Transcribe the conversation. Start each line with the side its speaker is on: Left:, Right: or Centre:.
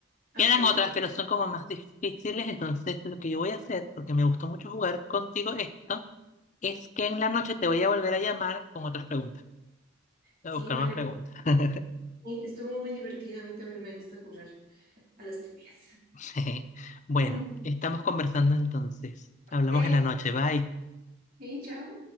Right: Ok.
Left: Quedan otras, pero son como más difíciles. Entonces, lo que yo voy a hacer, porque me gustó mucho jugar contigo esto, es que en la noche te voy a volver a llamar con otras preguntas. Voy
Right: Sí,
Left: a buscar
Right: vale.
Left: más preguntas. <laughs>
Right: Sí, Estuvo muy divertido. A mí también me gusta jugar a las trivias.
Left: Sí. Bueno,
Right: <laughs>
Left: estamos conversando entonces. Hablamos
Right: Ok.
Left: en la noche. Bye.
Right: Sí, chao.